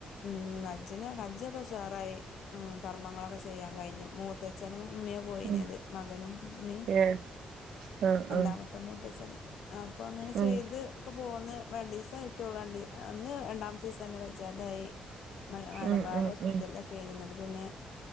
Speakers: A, on the left; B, on the right.
A: ഉം ഹജ്ജന് ഹഞ്ജൊക്കെ ഉഷാറായി. ഉം കർമ്മങ്ങളൊക്കെ ചെയ്യാൻ കഴിഞ്ഞു. മൂത്തച്ഛനും മ്മയും പോയീനത്.
B: ഉം
A: മകനും ഉമ്മീ
B: ഏ ആ
A: രണ്ടാവ
B: ആ
A: മൂത്തച്ഛന് അപ്പൊ അങ്ങനെ
B: ഉം
A: ചെയ്ത്. ഒക്കെ പോന്ന്. പ്പ രണ്ടീസയിട്ടുള്ളു. രണ്ടീ അന്ന് രണ്ടാമത്തെ ദിവസം തന്നെ വജാതായി. മ മലബാർ
B: ഉം ഉം
A: ഹോസ്പിറ്റലിലോക്കെനി
B: ഉം
A: ന്നട്ട് പിന്നെ